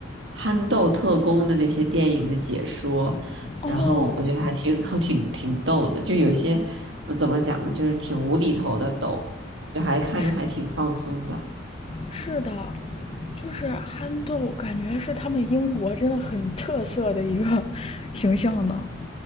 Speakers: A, on the right; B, on the left.
A: 憨豆特工的那些电影的解说，
B: 哦，
A: 然后我觉得还挺 <laughs> 挺挺逗的，就有些嗯怎么讲呢，就是挺无厘头的逗，就还看着还挺放松的。
B: 是是的，就是憨豆，感觉是他们英国真的很特色的一个 <laughs> 形象呢。